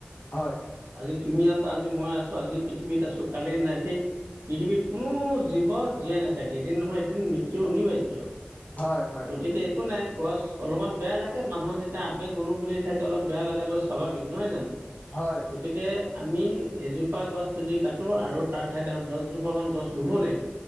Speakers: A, on the left (about 45°); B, on the right (about 70°).
A: হয়
B: আজি তুমি আছ আজি মই আছো আজি পৃথিৱীত আছো কালি নাই ঠিক পৃথিৱীত কোনো জীৱ জীয়াই নাথাকে এদিন নহয় এদিন মৃত্যু অনিবাৰ্য
A: হয় হয়
B: গতিকে একো নাই গছ অলপমান বেয়া লাগে মানুহৰ যেতিয়া আৱেগ অনুভূতি থাকে অলপ বেয়া লগাটো স্বাভাৱিক নহয় জানো।
A: হয়
B: গতিকে আমি এজোপা গছ যদি কাটোঁ আৰু তাৰ ঠাইত আৰু দহজোপামান গছ ৰুব লাগিব।